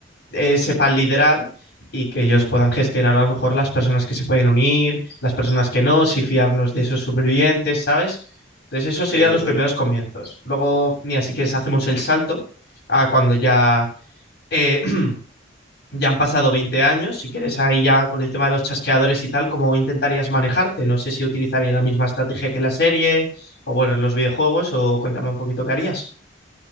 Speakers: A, on the left (about 60°); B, on the left (about 25°).
A: eh, sepan liderar y que ellos
B: Ujú.
A: puedan gestionar a lo mejor las personas que se pueden unir, las personas que no, si fiarnos de esos supervivientes, ¿sabes? Entonces esos
B: Sí,
A: serían los
B: sí, sí.
A: primeros comienzos. Luego, mira, si quieres hacemos el salto a cuando ya eh, ya han pasado 20 años, si quieres ahí ya con el tema de los chasqueadores y tal, ¿cómo intentarías manejarte? No sé si utilizaría la misma estrategia que la serie o bueno, en los videojuegos o cuéntame un poquito qué harías.